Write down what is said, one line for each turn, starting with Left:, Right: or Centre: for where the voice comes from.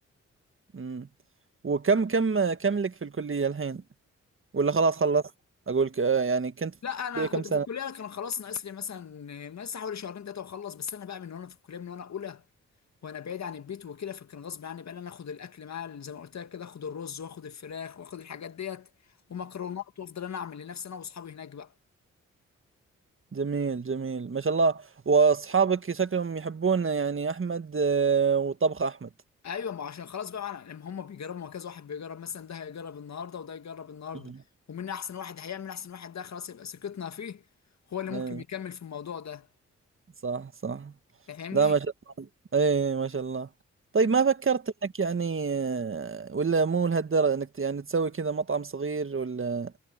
Right: امم وكم كم كم لك في الكلية الحين؟ ولا خلاص خلصت؟ اقول ك- آه، يعني كنت في
Left: لا انا
Right: الكلية
Left: كنت
Right: كم سنة؟
Left: في الكليه أنا كان خلاص ناقص لي مثلا ناقص حوالي شهرين ثلاثه واخلص بس انا بقى من وانا في الكليه من وانا اولى وانا بعيد عن البيت وكده فكان غصب عني بقى إن انا اخد الاكل معايا زي ما قلت لك كده اخد الرز واخد الفراخ واخد الحاجات ديت ومكرونات وافضل انا اعمل لنفسي انا واصحابي هناك بقى
Right: جميل جميل ما شاء الله واصحابك شكلهم يحبون يعني احمد آه، وطبخ احمد
Left: ايوه ما عشان خلاص بقى معنا لما هم بيجربوا ما كذا واحد بيجرب مثلا ده هيجرب النهارده وده يجرب النهارده
Right: مم.
Left: ومين احسن واحد هيعمل احسن واحد ده خلاص يبقى ثقتنا فيه هو اللي
Right: ايه
Left: ممكن يكمل في الموضوع ده
Right: صح صح
Left: أنت فاهمني
Right: لا ما شاء ايه ما شاء الله طيب ما فكرت انك يعني آه، ولا مو لهالدرجة انك ت- يعني تسوي كذا مطعم صغير ولا